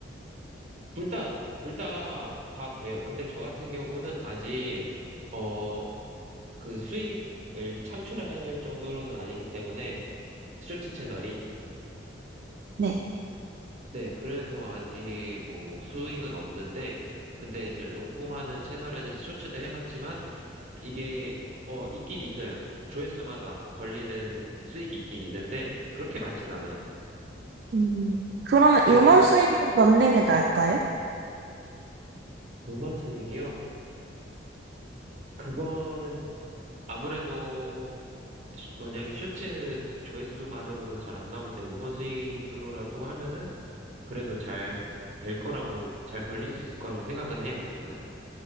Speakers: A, on the right; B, on the right.
A: 둘 다, 둘 다, 다 돼요. 근데 저 같은 경우는 아직, 어, 그 수익을 창출할 정도로는 아니기 때문에 쇼츠 채널이.
B: 네.
A: 네, 그래서 아직 뭐 수익은 없는데, 근데 제 롱폼 하는 채널에는 쇼츠도 해봤지만, 이게, 어, 있긴 있어요. 조회수마다 벌리는 수익이 있긴 있는데, 그렇게 많진 않아요.
B: 음, 그러면
A: 예를,
B: 음원 수익 넣는 게 나을까요?
A: 음원 수익이요? 그거는 아무래도, 슈- 만약에 쇼츠 조회수만으로는 잘 안 나올 때 음원 수익으로라도 하면은, 그래도 잘 될 거라고, 잘 벌릴 수 있을 거라고 생각은 해요, 저는.